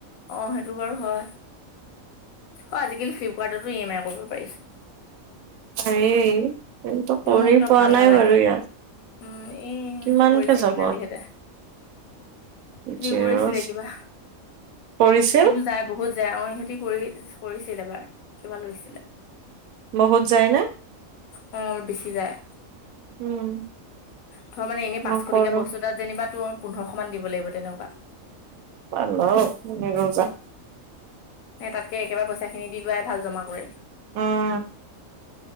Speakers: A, on the left (about 80°); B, on the right (about 80°).
A: অ সেইটো বাৰু হয় হয় আজিকালি ফ্লিপকাৰ্টতো ই এম আই কৰিব পাৰি চোন।
B: হেৰি কিন্তু কৰি
A: মোৰ কিবা
B: পোৱা
A: ভাল
B: নাই
A: নালাগে
B: বাৰু ইয়াত।
A: উম এই ইহঁতি
B: কিমানকে
A: কৰিছে
B: যাব
A: মৃনালীহেঁতে। সেটি
B: জিৰ'
A: কৰিছিলে কিবা।
B: পৰিছিল
A: কিন্তু যায় বহুত যায় অ সিহতি কৰি কৰিছিলে এবাৰ কিবা লৈছিলে।
B: বহুত যায় না?
A: অ অলপ বেছি যায়
B: উম?
A: ধ মানে এনে পাঁচশটকীয়া
B: নকৰো
A: বস্তু তাত যেনিবা তোৰ পোন্ধৰশ মান দিব লাগিব তেনেকুৱা।
B: বালও নেৰোঁ যা
A: সে তাতকে একেবাৰে পইচাখিনি দি লোৱাই ভাল জমা কৰে।
B: উহ।